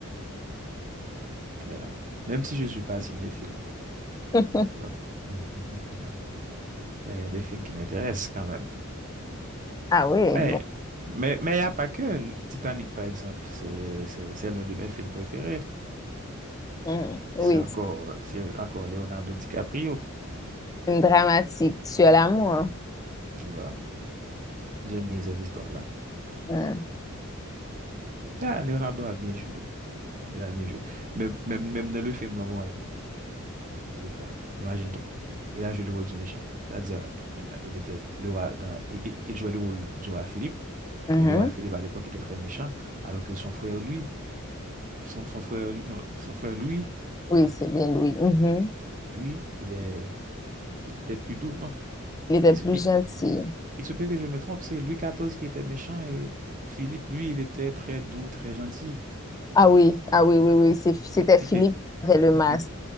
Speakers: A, on the right; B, on the left.
A: Euh, Même si je ne suis pas cinéphile.
B: <laughs>
A: tu vois. <laughs> Il y a il y a des films qui m'intéressent quand même.
B: Ah oui,
A: Mais
B: bon.
A: mais mais il n'y a pas que le Titanic, par exemple. C'est c'est- c'est l'un de mes films préférés.
B: Mhm. Oui,
A: C'est encore, c'est encore Leonardo DiCaprio.
B: Une dramatique sur l'amour.
A: Voilà. J'aime bien ces histoires-là.
B: Hmm.
A: Ah, Leonardo a bien joué. Il a bien joué. Même, même, même dans le film, le moment de faire. Imagine-toi. Il a joué le rôle du méchant. C'est-à-dire, il, il était le roi dans- il, il- il jouait le rôle du roi Philippe.
B: Mhm.
A: Et le roi Philippe, à l'époque, était très méchant. Alors que son frère, lui, son, son frère, non, son frère, lui,
B: Oui,
A: euh,
B: c'est bien lui. Mhm.
A: lui, il est. Il était plus doux. Non,
B: Il était
A: il,
B: plus
A: se il-
B: gentil.
A: il se peut que je me trompe. C'est Louis XIV qui était méchant et Philippe, lui, il était très doux, très gentil.
B: Ah oui, ah oui, oui, oui. c'est- C'était
A: <laughs>
B: Philippe
A: Et,
B: avec le masque.
A: et-